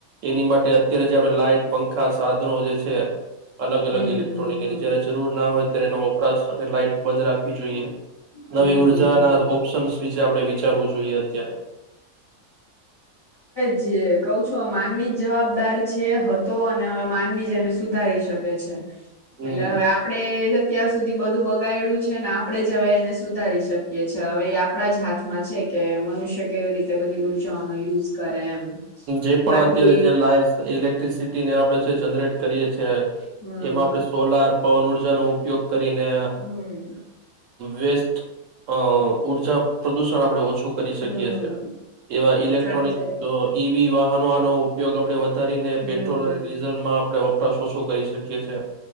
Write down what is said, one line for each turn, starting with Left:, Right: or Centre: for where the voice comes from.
Right: એની માટે અત્યારે જે આપડે લાઈટ, પંખા, સાધનો જે છે તે અલગ-અલગ
Left: હમ્મ
Right: ઇલેક્ટ્રોનિક
Left: હમ્મ
Right: એની જયારે જરૂર ના હોય ત્યારે એનો વપરાશ અને લાઈટ બંધ રાખવી જોઈએ.
Left: હમ્મ
Right: નવી ઉર્જા
Left: હમ્મ હમ્મ.
Right: ના ઓપ્શનસ વિશે આપણે વિચારવું જોઈએ અત્યારે.
Left: જે કવ છું માનવી જ જવાબદાર છે, હતો અને હવે માનવી જ એને સુધારી શકે છે. અચ્છા.
Right: હમ
Left: એટલે હવે આપડે જે અત્યાર સુધી બધું બગાયડું છે ને આપણેે જ હવે એને સુધારી શકીએ છે હવે એ આપણા જ હાથમાં છે કે મનુષ્ય કેવી રીતે બધી ઉર્જાઓનો યુઝ કરે એમ.
Right: જે પણ
Left: બાકી
Right: અત્યારે જે લાઈવ ઇલેક્ટ્રિસિટી ને આપડે જે જનરેટ કરીએ છીએ.
Left: હમ
Right: એમાં આપણે સોલાર પવન ઉર્જાનો ઉપયોગ કરીને
Left: હમ
Right: વેસ્ટ અ ઉર્જા પ્રદુષણ પણ આપણે ઓછું કરી શકીએ
Left: હમ
Right: છીએ એવા ઇલેક્ટ્રોનિક
Left: સાચે
Right: વાહનોનો ઉપયોગ આપણે વધુ કરીને
Left: હમ
Right: પેટ્રોલ અને ડીઝલમાં આપણે વપરાશ ઓછો કરી શકીએ છીએ.